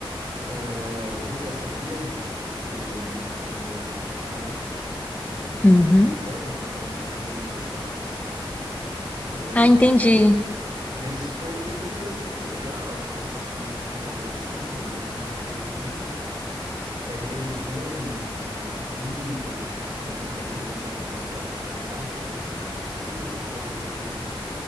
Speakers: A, on the right; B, on the left.
A: Ah, a gente já sabia, porque minha namorada ia cantar lá, mas acabou
B: Uhum.
A: não cantando, então a gente já sabia meio que o sexo, né? Do bebê.
B: Ah, entendi.
A: Mas foi bem interessante, foi legal. Eu nunca fui no chá revelação, foi a minha primeira vez indo. Daí teve dinâmica, teve comida, teve muita criança correndo pra lá e pra cá. Foi, foi, foi bem gostoso, foi,